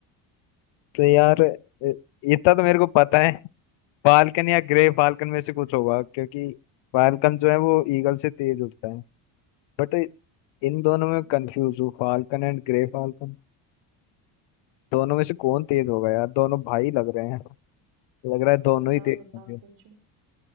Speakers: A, on the left; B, on the right.
A: तो यार इ- इतना तो मेरे को पता है फाल्कन या ग्रे फाल्कन में से कुछ होगा क्योंकि फाल्कन जो है वो ईगल से तेज उड़ता है बट इन
B: ठीक
A: दोनों में
B: है
A: कंफ्यूज हूँ फाल्कन एंड ग्रे फाल्कन दोनों में से कौन तेज होगा यार दोनों भाई लग रहे हैं लग रहा है दोनों
B: बताओ
A: ही तेज
B: बताओ
A: होंगे
B: सोचो